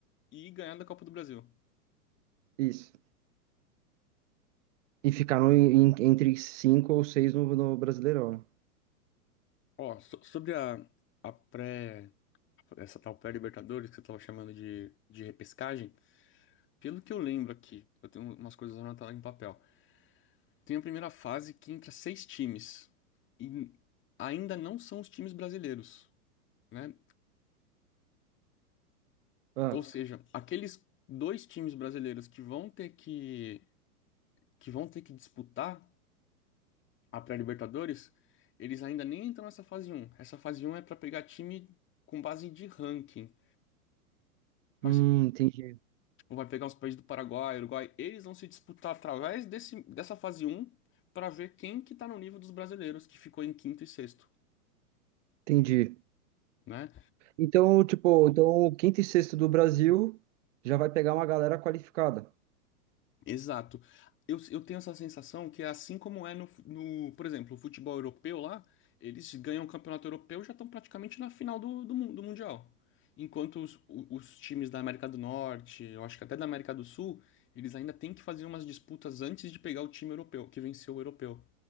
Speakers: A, on the left; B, on the right.
A: e ganhado a Copa do Brasil.
B: isso. E ficar no- em- entre cinco ou seis no, no Brasileirão. né?
A: Ó, so- sobre a, a pré, essa tal pré-Libertadores que você tava chamando de, de repescagem, pelo que eu lembro aqui, eu tenho umas coisas anotadas em papel. Tem a primeira fase que entra seis times e ainda não são os times brasileiros, né?
B: Ah,
A: Ou seja, aqueles dois times brasileiros que vão ter que que vão ter que disputar a pré-Libertadores, eles ainda nem entram nessa fase um. Essa fase um é para pegar time com base de ranking. Vai
B: hum,
A: se-
B: entendi,
A: tipo, vai pegar os países do Paraguai, Uruguai, eles vão se disputar através desse, dessa fase um para ver quem que tá no nível dos brasileiros que ficou em quinto e sexto,
B: entendi.
A: né?
B: Então, tipo, então o quinto e sexto do Brasil já vai pegar uma galera qualificada.
A: Exato. Eu, eu tenho essa sensação que é assim como é no, no, por exemplo, o futebol europeu lá, eles ganham o campeonato europeu e já estão praticamente na final do, do, mun- do Mundial. Enquanto os, o- os times da América do Norte, eu acho que até da América do Sul, eles ainda têm que fazer umas disputas antes de pegar o time europeu, que venceu o europeu.